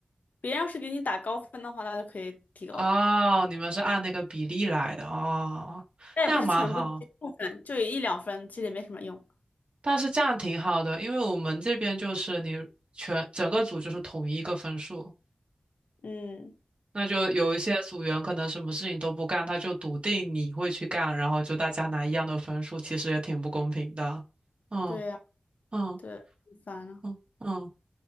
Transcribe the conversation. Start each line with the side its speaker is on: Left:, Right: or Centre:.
Left: 别人要是给你打高分的话，那就可以提高的
Right: 哦，你们是按那个比例来的哦，
Left: 但也不是全部，
Right: 那蛮好，
Left: 一部分就有一两分，其实也没什么用。
Right: 但是这样挺好的，因为我们这边就是你全整个组就是统一一个分数，
Left: 嗯，
Right: 那就有一些组员可能什么事情都不干，他就笃定你会去干，然后就大家拿一样的分数，其实也挺不公平的。嗯
Left: 对呀，
Right: 嗯
Left: 对，很烦啊。
Right: 嗯嗯。